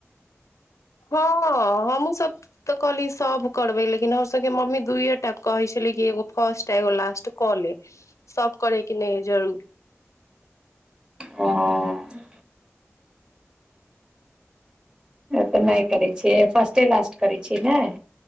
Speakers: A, on the left; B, on the right.
A: हँ हमहुूँ सब तऽ कहली सभ करबै लेकिन हमसभके मम्मी दुूए टा कहै छलै कि एगो फर्स्ट आ एगो लास्ट कऽ ले सभ करैके नहि जरूरी
B: हँ तऽ नहि करै छियै फर्स्टे लास्ट करै छियै ने